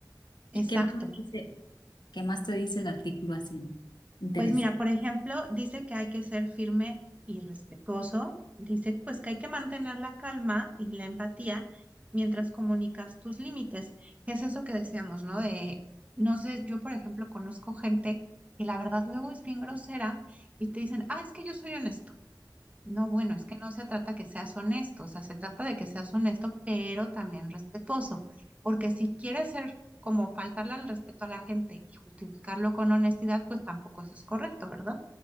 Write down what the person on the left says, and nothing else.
¿Y qué más te dice, qué más te dice el artículo así? Interesa.